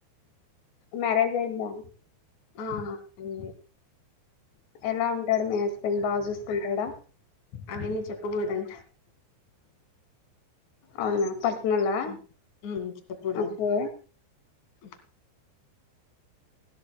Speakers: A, on the left; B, on the left.
A: మ్యారేజ్ అయిందా?
B: అవును అండి
A: ఎలా ఉంటాడు మీ హస్బెండ్ బాగ చూసుకుంటాడ
B: అవన్నీ చెప్పకూడదంట
A: అవునా పర్సనలా
B: ఉమ్ ఉమ్ చెప్పకూడదంట
A: ఓకే
B: హ్మ్